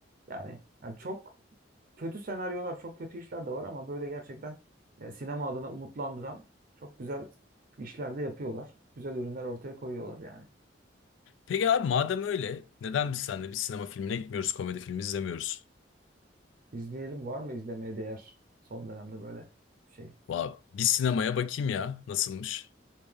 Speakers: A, on the right; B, on the left.
A: Yani, yani çok kötü senaryolar, çok kötü işler de var ama böyle gerçekten e, sinema adına umutlandıran çok güzel işler de yapıyorlar. Güzel ürünler ortaya koyuyorlar yani.
B: Peki abi madem öyle neden biz seninle bir sinema filmine gitmiyoruz komedi filmi izlemiyoruz?
A: İzleyelim var mı izlemeye değer son dönemde böyle bir şey?
B: Vay, bir sinemaya bakayım ya nasılmış.